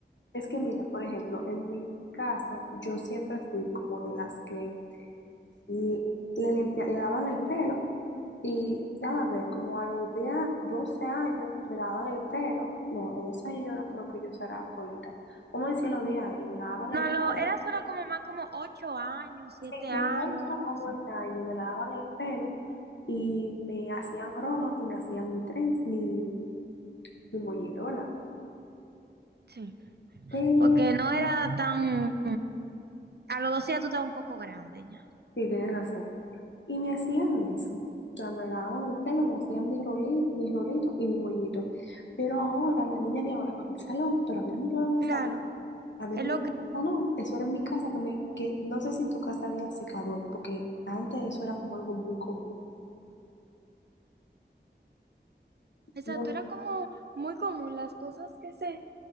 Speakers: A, on the left; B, on the right.
A: Es que mira, por ejemplo, en mi caso, yo siempre fui como de las que y le, limpia, le daban el pelo y a ver, como a los 10, 12 años me daban el pelo, no, a 12 años yo no creo que yo usara colita, vamos a decir a los 10 años me lavaban
B: no
A: el pelo,
B: lo, era solo como más como 8 años, 7
A: sí, de
B: años,
A: 8
B: algo
A: a
B: así.
A: 9 años me lavaban el pelo y me hacían rolos y me hacían mi tren, mi, mi moñito, ¿verdad?
B: Sí,
A: Pero,
B: porque no era tan a los 12 ya tú estás un poco grande ya.
A: sí, tienes razón. Y me hacían eso. O sea, me lavaban el pelo, me hacían mis rolitos, mis rolitos y mi moñito. Pero ahora, las niñas de ahora van al salón, pero a mí no me llevaban al
B: Claro,
A: salón. A mí
B: es
A: no me
B: lo
A: llevaban
B: que,
A: al salón. Eso era en mi casa, que, me, que no sé si en tu casa había secador, porque antes eso era como algo muy común.
B: exacto,
A: No.
B: era como muy común las cosas que se,